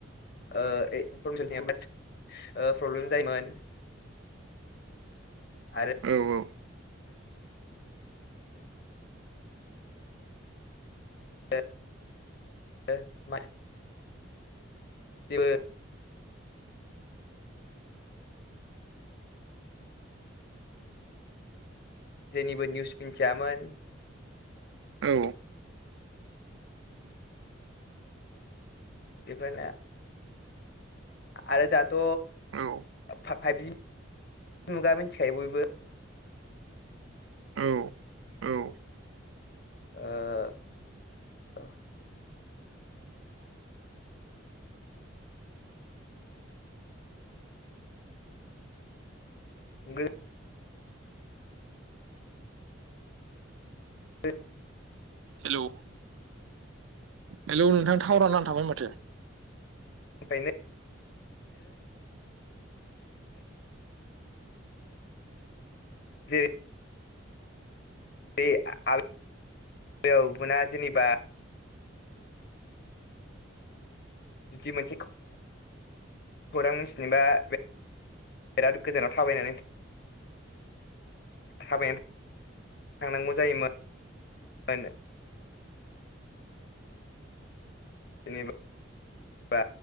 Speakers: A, on the left; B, on the right.
A: ओ <unintelligible> प्रब्लेम जायोमोन आरो
B: औ औ
A: <unintelligible> जेनिबो निउस मिन्थियामोन
B: औ
A: बेफोरनो आरो दाथ'
B: औ
A: फा--फाइभजि मुगा मिथिखायो बयबो
B: औ औ
A: ओ गो गोदोनिफ्रायनो
B: हेल' हलौ नोंथां थावराव नांथाबोन माथो
A: ओखायनो जे बे आरो ना जेनेबा बिदि मोनसे खौरां मिथिनोबा बिराद गोजानाव थाबायनानै थाबायानो थांनांगौ जायोमोननो
B: <unintelligible> <inaudible>
A: जेनबा